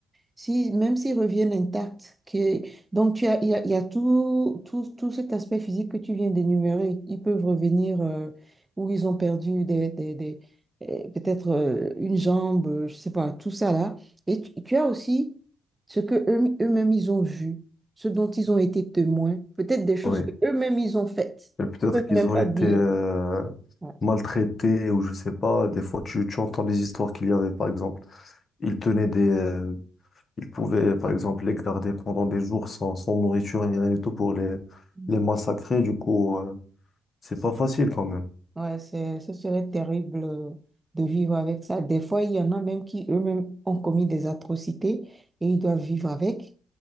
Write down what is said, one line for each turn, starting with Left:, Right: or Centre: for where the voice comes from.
Right: Si, même s'ils reviennent intacts, que, donc tu as, il y a, il y a tout, tout, tout cet aspect physique que tu viens d'énumérer. Ils peuvent revenir euh, où ils ont perdu des, des, des, euh, peut-être euh, une jambe, euh, je sais pas, tout ça là. Et tu, tu as aussi ce que eux, eux-mêmes ils ont vu, ce dont ils ont été témoins, peut-être des choses
Left: Oui.
Right: que eux-mêmes ils ont faites.
Left: Et peut-être
Right: Ils peuvent
Left: qu'ils
Right: même
Left: ont
Right: pas
Left: été
Right: dire.
Left: euh,
Right: Ouais.
Left: maltraités ou je sais pas. Des fois, tu, tu entends des histoires qu'il y avait, par exemple. Ils tenaient des, euh, ils pouvaient, par exemple, les garder pendant des jours sans, sans nourriture ni rien du tout pour les,
Right: Mhm.
Left: les massacrer. Du coup, euh, c'est pas facile quand même.
Right: Ouais, c'est, ce serait terrible euh, de vivre avec ça. Des fois, il y en a même qui eux-mêmes ont commis des atrocités et ils doivent vivre avec.